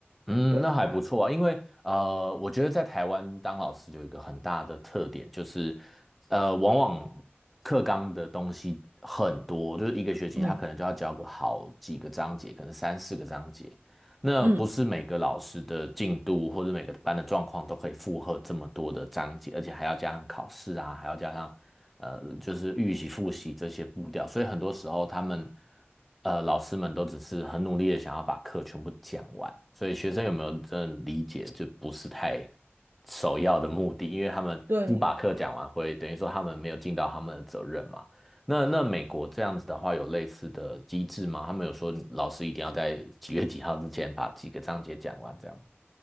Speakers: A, in the centre; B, on the right.
A: 嗯，
B: 对，
A: 那还不错啊，因为呃，我觉得在台湾当老师有一个很大的特点，就是呃，往往课纲的东西很多，就是一个学期他可能就要教个好几个章节，
B: 嗯
A: 可能三四个章节。那不是每个老师的进度或者每个班的状况都可以负荷这么多的章节，
B: 嗯，
A: 而且还要加上考试啊，还要加上呃，就是预习、复习这些步调，所以很多时候他们呃老师们都只是很努力的想要把课全部讲完，所以学生有没有真的理解，就不是太首要的目的，因为他们不把课讲完会等于说他们没有尽到他们的责任嘛。
B: 对。
A: 那那美国这样子的话，有类似的机制吗？他们有说老师一定要在几月几号之前把几个章节讲完，这样。